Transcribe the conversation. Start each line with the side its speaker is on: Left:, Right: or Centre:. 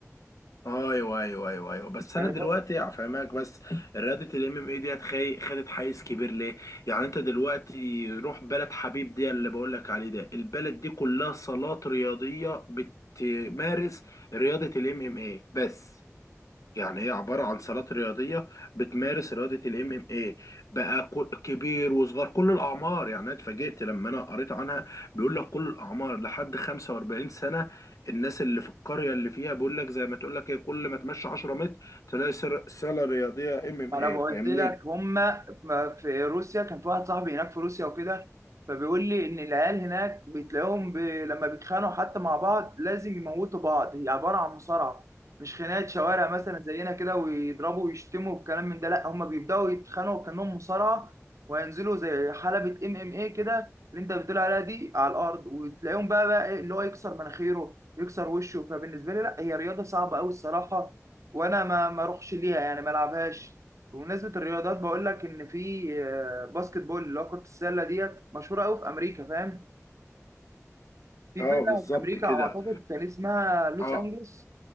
Left: ايوه ايوه ايوه ايوه بس
Right: يعني
Left: انا دلوقتي
Right: ب-
Left: هفهمك بس رياضه الام ام اي ديت خي- خدت حيز كبير ليه؟ يعني انت دلوقتي روح بلد حبيب دي اللي بقول لك عليه ده البلد دي كلها صالات رياضيه بتمارس رياضه الام ام اي بس يعني هي عبارة عن صالات رياضية بتمارس رياضة الام ام اي بقى كل- كبير وصغار كل الأعمار يعني أنا اتفاجئت لما أنا قريت عنها بيقول لك كل الأعمار لحد 45 سنة الناس اللي في القرية اللي فيها بيقول لك زي ما تقول لك ايه كل ما تمشي 10 متر تلاقي سر- صالة رياضية ام ام
Right: ما
Left: اي
Right: انا قلت
Left: فاهمني؟
Right: لك هما ما- في روسيا كان في واحد صاحبي هناك في روسيا وكده فبيقول لي ان العيال هناك بتلاقيهم ب... لما بيتخانقوا حتى مع بعض لازم يموتوا بعض هي عباره عن مصارعه مش خناقه شوارع مثلا زينا كده ويضربوا ويشتموا والكلام من ده لا هما بيبداوا يتخانقوا كانهم مصارعه وينزلوا زي حلبه ام ام اي كده اللي انت بتقول عليها دي على الارض وتلاقيهم بقى بقى إيه اللي هو يكسر مناخيره يكسر وشه فبالنسبه لي لا هي رياضه صعبه قوي الصراحه وانا ما ما اروحش ليها يعني ما العبهاش بمناسبة الرياضات بقول لك إن في آه، باسكت بول اللي هو كرة السلة ديت مشهورة أوي في أمريكا فاهم؟ في
Left: اه
Right: فرقة
Left: بالظبط
Right: في أمريكا
Left: كده
Right: أعتقد كان اسمها لوس
Left: اه
Right: أنجلوس